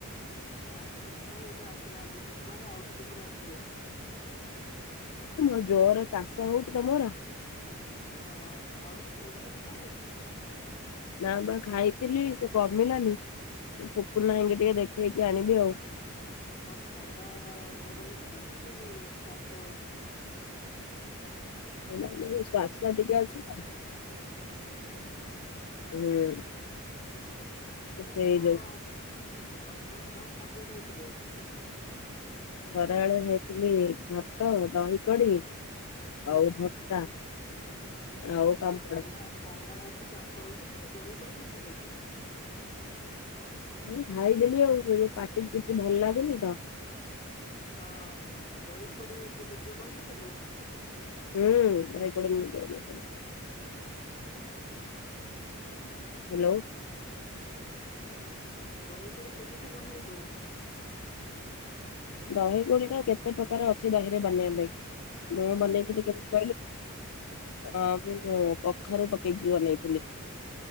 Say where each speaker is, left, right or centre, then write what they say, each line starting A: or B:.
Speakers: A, on the left; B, on the left.
A: ନାଇଁ ପୁପୁନ୍ ଭାଇ ଏବେ ଆସିନାହାନ୍ତି। ପୁପୁନ୍ ଭାଇ ଆଉ ଟିକେ ପରେ ଆସିବେ।
B: ମ ଜୋରେ କାଶ ହୋଉଛି ତ ମୋର୍।
A: ହଁ ଆଉ ମେଡିସିନ୍ ଖାଇନୁ କି?
B: ନା ପା ଖାଇଥିଲି ସେ କମିଲାନି। ପୁପୁନ୍ ଭାଇଙ୍କୁ ଟିକେ ଦେଖେଇକି ଆଣିବି ଆଉ।
A: କଣ ଥଣ୍ଡା ଜର ହେଇଛି ନା ଏମିତି କାଶ?
B: ନାଇଁ ନାଇଁ ମୋର ଶ୍ଵାସ ଟିକେ ଅଛି ତ।
A: ଓଃ ହୋ।
B: <unintelligible>
A: ଆଉ
B: ସେଇ
A: କଣ
B: ଯୋଉ
A: ଖରା ବେଳେ କଣ ଖାଦ୍ୟ ଖାଇଥିଲୁ?
B: ଖରା ବେଳେ ଖାଇ ଥିଲି ଭାତ ଦହି କଡି
A: ହୁଁ
B: ଆଉ ଭର୍ତ୍ତା। ଆଉ
A: ଆରେ ତତେ
B: ପାମ୍ପଡ
A: ଥଣ୍ଡା ଥଣ୍ଡା ହେଇଚି କାଶ ହୋଉଚି। ତୁ ତୁ ତୁ ଦହି କୋଡ଼ି କଣ ପାଇଁ ଖାଇଚୁ?
B: ଏଇ ଖାଇ ଦେଲି ଆଉ ଏ ପାଟି କି କିଛି ଭଲ୍ ଲାଗୁନି ତ।
A: ହଁ। ଦହି କୋଡି ତୁ ନିଜେ ବନେଇ ଥିଲୁ?
B: ହୁଁ। ଦହି କୋଡ଼ି ମୁଁ ନିଜେ ବନେଇ ଥିଲି। ହ୍ୟାଲୋ।
A: ଦହି କୋଡ଼ି କେମିତି ବନେଇଲୁ?
B: ଦହି କୋଡ଼ି ଟା କେତେ ପ୍ରକାର ଅଛି ଦହିରେ ବନେଇବା ପାଇଁ। ମୁଁ
A: ମାନେ
B: ବନେଇ ଥିଲି କେମିତି
A: ତୁ
B: କହିଲୁ? ହଁ ମୁଁ ତ ଏଇ କଖାରୁ ପକେଇକି ବନେଇ ଥିଲି।